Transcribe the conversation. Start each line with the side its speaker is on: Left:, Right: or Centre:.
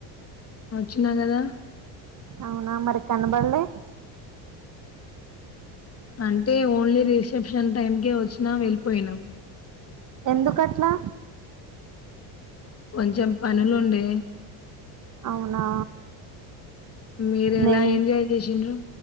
Left: వచ్చినా కదా
Right: అవునా మరికన్న పళ్లే
Left: అంటే ఓన్లీ రిసెప్షన్ టైంకే వచ్చిన్నం వెళ్ళిపోయినాం,
Right: ఎందుకట్లా
Left: కొంచెం పనులుండె
Right: అవునా
Left: మీరు
Right: మేం
Left: ఎలా ఎంజాయ్ చేసిండ్రు